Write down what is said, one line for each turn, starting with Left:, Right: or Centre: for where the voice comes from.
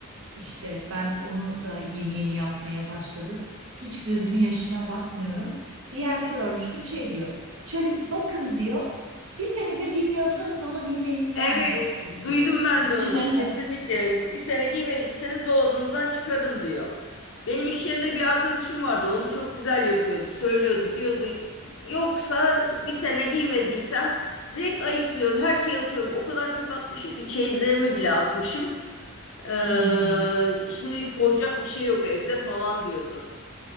Right: işte ben onu da yeni yeni yapmaya başladım. Hiç gözünün yaşına bakmıyorum. Bir yerde görmüştüm şey diyor. Şöyle bakın diyor. Bir senedir giymiyorsanız onu giyme ihtimaliniz
Left: Evet,
Right: yoktur diyor.
Left: duydum ben de
Right: <laughs>
Left: onu. Kesinlikle
Right: Evet.
Left: bir sene giymediyseniz dolabınızdan çıkarın diyor. Benim iş yerinde bir arkadaşım vardı. Onu çok güzel yapıyordu. Söylüyordu, diyordu. Yoksa bir sene giymediysem direkt ayıklıyorum. Her şeyi atıyorum. O kadar çok atmışım ki çeyizlerimi bile atmışım. Ee,
Right: Hmm.
Left: şimdi koyacak bir şey yok evde falan diyordu.